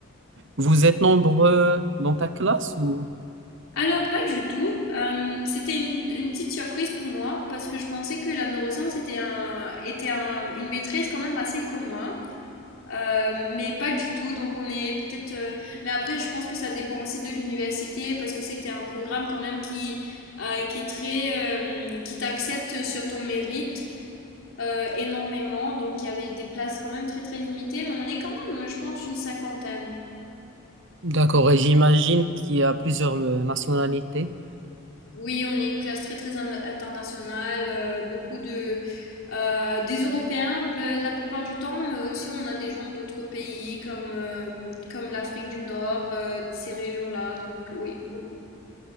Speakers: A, on the right; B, on the left.
A: Vous êtes nombreux dans ta classe ou?
B: Alors, pas du tout. Euh, c'était une, une petite surprise pour moi parce que je pensais que la neuroscience était, un, était un- une maîtrise quand même assez commune. Euh, mais pas du tout. Donc, on est peut-être. euh, mais après, je pense que ça dépend aussi de l'université parce que c'était un programme quand même qui, euh, qui est très, euh, qui t'accepte sur ton mérite. euh, énormément, donc il y avait des places quand même très très limitées, mais on est quand même, je pense, une cinquantaine.
A: D'accord, et j'imagine qu'il y a plusieurs euh, nationalités.
B: Oui, on est une classe très très in- internationale, euh, beaucoup de euh, des Européens ble- la plupart du temps, mais aussi on a des gens d'autres pays comme euh, comme l'Afrique du Nord, euh, ces régions-là, donc oui, beaucoup.